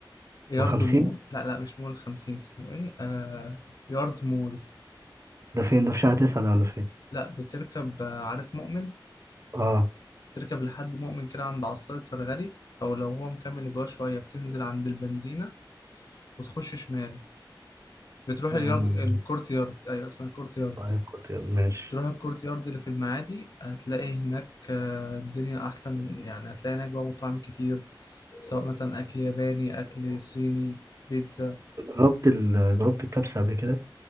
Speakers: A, on the left (about 50°); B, on the right (about 35°).
A: يارد
B: 50
A: مول لا لا مش مول خمسين اسمه ايه آه يارد مول
B: ده فين ده في شهر 9 ده ولا فين
A: لا بتركب آه، عارف مؤمن
B: اه
A: بتركب لحد مؤمن كده عند عصارة فرغلي او لو هو مكمل جوه شوية بتنزل عند البنزينة وتخش شمال بتروح
B: امم
A: اليارد الكورت يارد ايوه اسمها كورت يارد
B: طيب كنت ماشي
A: تروح الكورت يارد اللي في المعادي هتلاقي هناك آه، الدنيا أحسن يعني هتلاقي هناك بقى مطاعم كتير سواء مثلا أكل ياباني أكل صيني بيتزا
B: جربت ال... جربت الكبسه قبل كده